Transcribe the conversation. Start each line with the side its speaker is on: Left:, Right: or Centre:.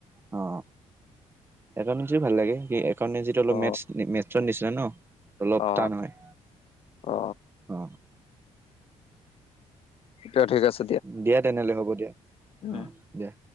Right: অ একাউণ্টেঞ্চি ভাল লাগে কি একাউণ্টেঞ্চিটো অলপ
Left: অ
Right: মেটছ মেটছৰ নিচিনা ন অলপ
Left: অ
Right: টান হয়
Left: অ
Right: অ
Left: এতিয়া ঠিক আছে
Right: দিয়া তেনেহলে হ'ব দিয়া
Left: উম
Right: অ দিয়া